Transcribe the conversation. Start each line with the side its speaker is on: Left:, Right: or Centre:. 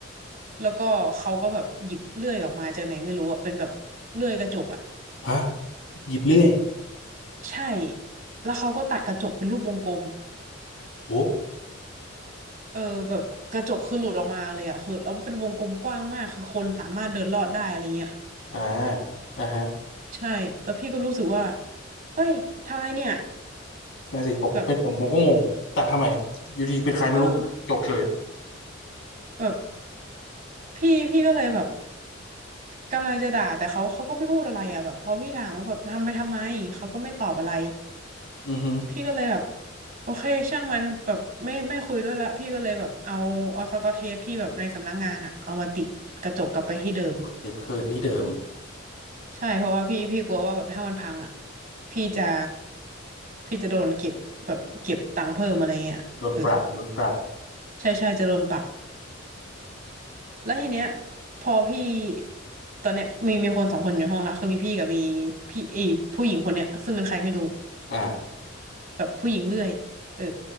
Right: แล้วก็เขาก็แบบหยิบเลื่อยออกมาจากไหนไม่รู้อะเป็นแบบเลื่อยกระจกอะ
Left: ฮะหยิบเลื่อย
Right: ใช่แล้วเขาก็ตัดกระจกเป็นรูปวงกลม
Left: โอ้
Right: เออแบบกระจกคือหลุดออกมาเลยอะคือแล้วเป็นวงกลมกว้างมากคือคนสามารถเดินลอดได้อะไรเงี้ย
Left: อ่าอ่าฮะ
Right: ใช่แล้วพี่ก็รู้สึกว่าเฮ้ยทำอะไรเนี่ย
Left: นั่นสิผมเป็นผมผมก็งงตัดทำไมอยู่ดีเป็นใครไม่รู้จกเฉย
Right: แบบเออแบบพี่พี่ก็เลยแบบ กำลังจะด่าแต่เขาเขาก็ไม่พูดอะไรอ่ะแบบพอพี่ถามว่าแบบทำไปทำไมเขาก็ไม่ตอบอะไร
Left: อือฮึ
Right: พี่ก็เลยแบบโอเคช่างมันแบบไม่ไม่คุยด้วยละพี่ก็เลยแบบเอาเอาสกอตเทปที่แบบในสำนักงานอ่ะเอามาติดกระจกกลับไปที่เดิม
Left: ติดคืนที่เดิม
Right: ใช่เพราะว่าพี่พี่กลัวว่าแบบถ้ามันพังอ่ะพี่จะพี่จะโดนเก็บแบบเก็บตังค์เพิ่มอะไรเงี้ยเออ
Left: โดนปรับโดนปรับ
Right: ใช่ใช่จะโดนปรับ แล้วทีเนี้ยพอพี่ตอนเนี้ยมีมีคนสองคนอยู่ห้องละคือมีพี่กับมีพี่ไอผู้หญิงคนเนี้ยซึ่งเป็นใครไม่รู้
Left: อ่า
Right: แบบผู้หญิงเรื่อยเออ